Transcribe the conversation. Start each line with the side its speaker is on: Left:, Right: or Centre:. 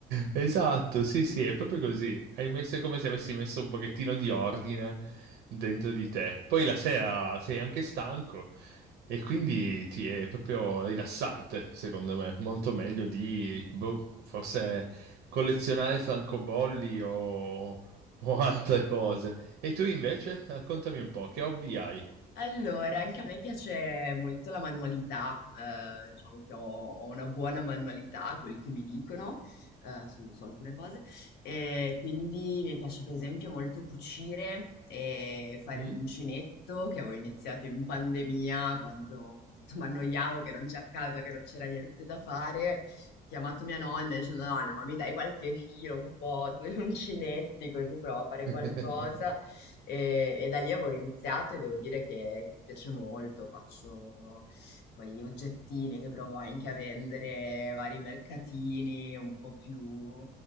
Right: Esatto, sì, sì, è proprio così. Hai messo è come se avessi messo un pochettino di ordine dentro di te. Poi la sera sei anche stanco e quindi ti è proprio rilassante, secondo me. Molto meglio di, boh, forse collezionare francobolli o, o altre cose. E tu invece, raccontami un po', che hobby hai?
Left: Allora, anche a me piace molto la manualità, eh, diciamo che ho, ho una buona manualità, quel che mi dicono, eh, su, su alcune cose, e quindi mi piace per esempio molto cucire e fare
Right: Mm?
Left: l'uncinetto, che avevo iniziato in pandemia, quando appunto <laughs> mi annoiavo che non c'è a casa, che non c'era niente da fare, Ho chiamato mia nonna dicendo, nonna, ma mi dai qualche filo, un po', due <laughs> uncinetti, così provo a fare
Right: <laughs>
Left: qualcosa. E, e da lì avevo iniziato e devo dire che, che mi piace molto, faccio poi gli oggettini che provo anche a vendere, vari mercatini un po' più